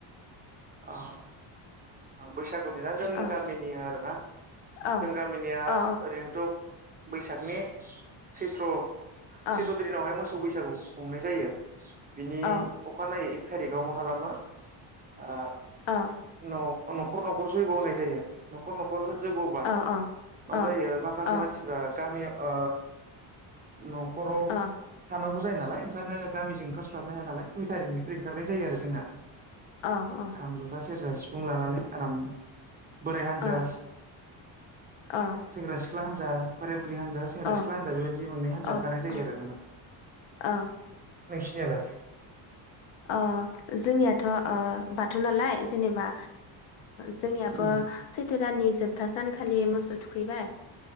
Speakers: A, on the right; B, on the left.
A: आ बैस गुनि ना जों
B: अ
A: गामिनि आरोना
B: औ
A: जों गामिनिया
B: औ
A: ओरैनोथ' बैसागनि सैथ्र'
B: औ
A: सैथ्र' दिनावहाय मोसौ बैसागु खुंनाय जायो बिनि
B: औ
A: अखानायै एक थारिखआव मा खालामो आ
B: औ
A: न' न'खर न'खर जैग' होनाय जायो न'खर न'खर न'खर जैग होबा
B: औ
A: मा
B: औ अ
A: जायो माखासे
B: अ
A: मानसिफ्रा गामियाव अ न'खराव
B: अ
A: थानांगौ जायो नालाय ओंखायनो गामिजों ओंखारस्लाबनो हाया नालाय दुइ थारिखनिफ्राय ओंखारनाय जायो आरो जोंना
B: औ औ
A: खाम जथा सेरजा सिफुं लानानै आराम बोराय हान्जा
B: अ अ
A: सेंग्रा सिख सिख्ला हानजा बोराइ बुरि हान्जा सेंग्रा
B: औ
A: सिख्ला हान्जा बेबायदि मोननै हान्जा
B: औ
A: ओंखारनाय जायो
B: औ
A: आरो नोंङो
B: औ
A: नोंसिनियालाय
B: अ' जोंनियाथ' बाथौ नालाय जेनेबा जोंनियाबो
A: उम औ
B: सैथो दाननि। जोबथा सानखालि मोसौ थुखैबाय।